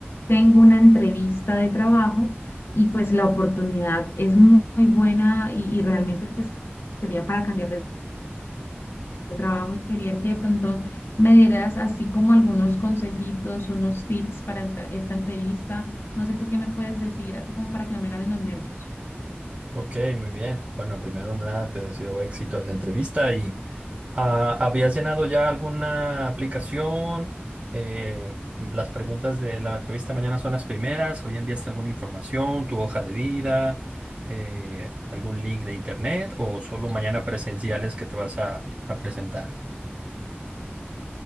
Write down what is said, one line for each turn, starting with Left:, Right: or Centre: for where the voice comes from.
Left: tengo una entrevista de trabajo y pues la oportunidad es mu- muy, buena y, y realmente pues sería para cambiar de, de trabajo y quería que de pronto me dieras así como algunos consejitos, unos tips para entra- esta entrevista. No sé tú qué me puedes decir, así como para que no me ganen los nervios.
Right: Ok, muy bien. Bueno, primero nada, te deseo éxito en la entrevista y ah, ¿habías llenado ya alguna aplicación? Eh, las preguntas de la entrevista mañana son las primeras, o ya enviaste alguna información, tu hoja de vida, eh, algún link de internet o solo mañana presenciales que te vas a a presentar.